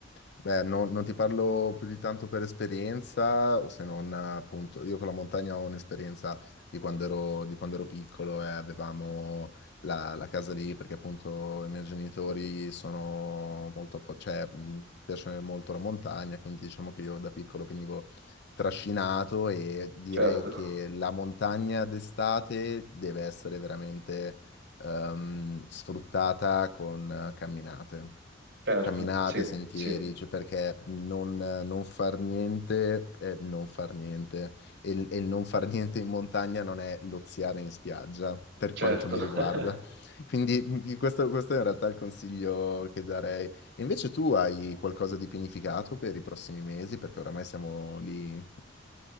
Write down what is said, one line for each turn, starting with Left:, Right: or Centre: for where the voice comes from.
Left: Beh, no- non ti parlo più di tanto per esperienza, o se non appunto, io con la montagna ho un'esperienza di quando ero, di quando ero piccolo e avevamo la, la casa lì, perché appunto i miei genitori sono molto, appo- cioè, mh, piace molto la montagna, quindi diciamo che io da piccolo venivo trascinato e direi
Right: Certo,
Left: che la montagna d'estate deve essere veramente ehm, sfruttata con eh, camminate.
Right: certo,
Left: Camminate,
Right: sì,
Left: sentieri,
Right: sì,
Left: cioè perché non, non far niente è non far niente. E, il- e il non far niente in montagna non è loziare in spiaggia, per quanto
Right: certo.
Left: mi riguarda.
Right: <laughs>
Left: Quindi mh, questo, questo è in realtà il consiglio che darei. E invece tu hai qualcosa di pianificato per i prossimi mesi? Perché oramai siamo lì. Eh,